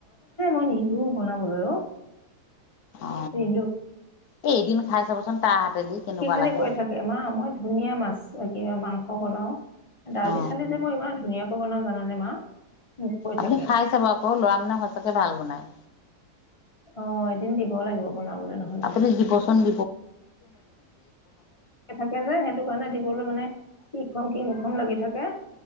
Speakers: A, on the left (about 20°); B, on the left (about 65°).
A: ন নি দু বনাবলৈ অ।
B: অ
A: নিদো
B: এ এদিন খাই চাবচোন তাৰ হাতেদি। কেনেকুৱা
A: সেই খালে
B: লাগে
A: কৈ থাকে মা মই ধুনীয়া মাছ। কিবা মাংস বনাও। ডালি
B: অ
A: চালি যে মই ইমান ধুনীয়া। বনাও জানে মা। মোক কৈ
B: আপুনি
A: থাকে
B: খাই চাব আকৌ লৰা মানুহে সঁচাকে ভাল বনায়।
A: অ এদিন দিব লাগিব। বনাবলৈ নহলে
B: আপুনি জীৱচুন।
A: থাকে যায় সেইটো কাৰণে দিবলৈ মানে কি খোৱাং কি নুখুৱাং লাগি থাকে